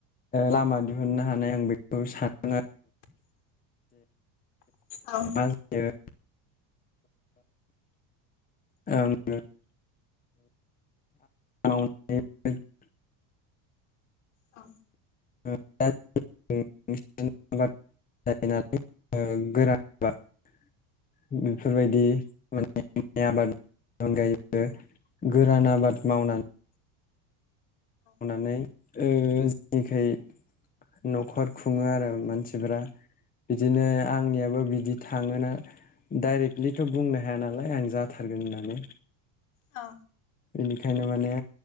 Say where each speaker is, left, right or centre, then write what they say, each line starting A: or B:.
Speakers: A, on the left; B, on the left.
A: लामा दिहुननो हानाय आं बेखौ सानदों आ
B: औ
A: मा जायो आङो <unintelligible>
B: औ
A: ओ दा जों सिजोन आबाद गायो नालाय ओ गोरान आबाद बेफोरबायदि <inaudible> आबादनि अनगायैबो गोरान आबाद मावनानै मावनानै ओ जोंनिखै न'खर खुङो आरो मानसिफोरा बिदिनो आंनियाबो बिदि थाङोना डाइरेक्टलिथ' बुंनो हाया नालाय आं जाथार गोन होननानै।
B: औ
A: बेनिखायनो माने